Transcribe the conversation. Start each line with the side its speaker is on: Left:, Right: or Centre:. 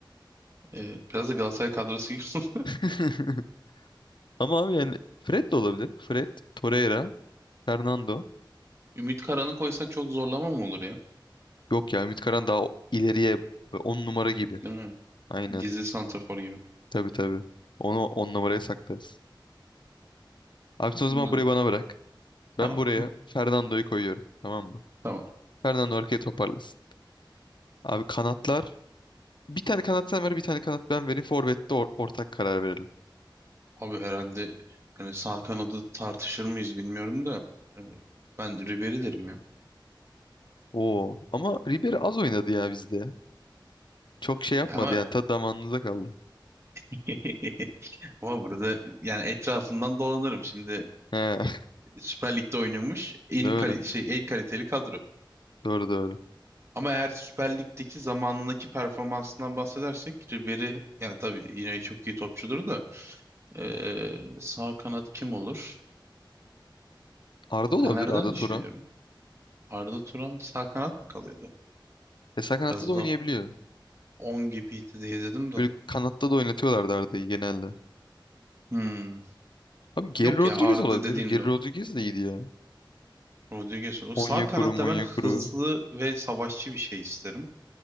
Right: e, biraz da Galatasaray kadrosu gibi.
Left: <laughs>
Right: <laughs>
Left: Ama abi yani Fred de olabilir. Fred, Torreira, Fernando.
Right: Ümit Karan'ı koysak çok zorlama mı olur ya?
Left: Yok ya Ümit Karan daha o- ileriye 10 numara gibi.
Right: Değil mi?
Left: Aynen.
Right: Gizli santrafor gibi.
Left: Tabii tabii. Onu 10 numaraya saklarız. Abi sen o
Right: Anladım.
Left: zaman burayı bana bırak. Ben
Right: Tamam.
Left: buraya Fernando'yu koyuyorum. Tamam mı?
Right: <laughs> Tamam.
Left: Fernando arkaya toparlasın. Abi kanatlar. Bir tane kanat sen ver, bir tane kanat ben vereyim. Forvet'te or- ortak karar verelim.
Right: Abi herhalde hani sağ kanadı tartışır mıyız bilmiyorum da. e, ben Ribery derim ya.
Left: Oo. Ama Ribery az oynadı ya bizde. Çok şey yapmadı
Right: Ya ama
Left: yani. Tadı damağınıza kaldı.
Right: <laughs> ama burada yani etrafından dolanırım şimdi
Left: He. <laughs>
Right: Süper Lig'de oynamış en
Left: Doğru.
Right: kali şey en kaliteli kadro.
Left: Doğru doğru.
Right: Ama eğer Süper Lig'deki zamanındaki performansından bahsedersek Ribery yani tabii yine çok iyi topçudur da eee, sağ kanat kim olur?
Left: Arda olabilir.
Right: Fener'den
Left: Arda
Right: düşünüyorum.
Left: Turan.
Right: Arda Turan sağ kanat mı kalıyordu?
Left: E, sağ kanatta
Right: Biraz
Left: da oynayabiliyor.
Right: da 10 gibiydi diye dedim de.
Left: Böyle kanatta da oynatıyorlardı Arda'yı genelde.
Right: Hmm.
Left: Abi Geri
Right: Yok
Left: Rodriguez
Right: ya Arda
Left: olabilir.
Right: dediğimde
Left: Geri
Right: o.
Left: Rodriguez de iyiydi ya.
Right: Rodriguez olur. Sağ
Left: Onyekuru,
Right: kanatta
Left: Onyekuru.
Right: ben hızlı ve savaşçı bir şey isterim.